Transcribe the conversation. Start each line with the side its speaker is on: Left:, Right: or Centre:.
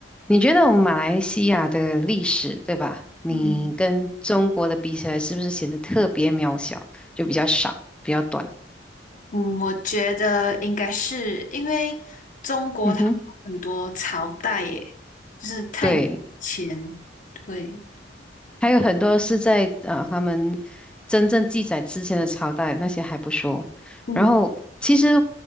Centre: 你觉得我们马来西亚的历史，对吧？你跟中国的比起来，
Left: 嗯
Centre: 是不是显得特别渺小，就比较少，比较短？
Left: 嗯，我觉得应该是因为中国他们有很多朝代耶，
Centre: 嗯哼，
Left: 就是太前，
Centre: 对。
Left: 对，
Centre: 还有很多是在呃他们真正记载之前的朝代，那些还不说。
Left: 嗯
Centre: 然后其实